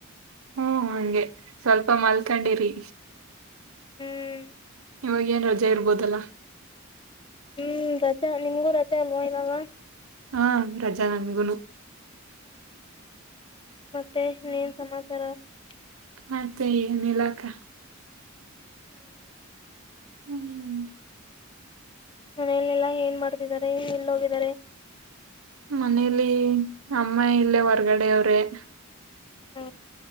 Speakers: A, on the right; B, on the left.
A: ಹ್ಮ ಹಂಗೆ ಸ್ವಲ್ಪ ಮಲ್ಕೊಂಡಿರಿ
B: ಹ್ಮ್
A: ಇವಾಗ ಏನ್ ರಜೆ ಇರ್ಬೋದಲ್ಲ
B: ಹ್ಮ್ ರಚೆ ನಿಮ್ಗೂ ರಚೆ ಅಲ್ವೋ <unintelligible>
A: ಹಾ ರಜಾ ನಂದಗುನು
B: ಹ್ಮ್ <unintelligible> ಮತ್ತೆ ಇನ್ನೇನ್ ಸಮಾ ಸರ <unintelligible>
A: ಮತ್ತೆ ಏನ್ ಇಲ್ಲಾ ಅಕ್ಕ
B: ಹ್ಮ್ <unintelligible>
A: ಹ್ಮ್
B: ನನಲ್ಲೆಲ್ಲಾ ಏನ್ ಮಾಡ್ತಿದ್ದಾರೆ ಎಲ್ಲೋಗಿದ್ದಾರಿ
A: ಮನೇಲಿ ಅಮ್ಮ ಇಲ್ಲೇ ಹೊರ್ಗಡೆ ಅವ್ರೇ <unintelligible>
B: ಹಾ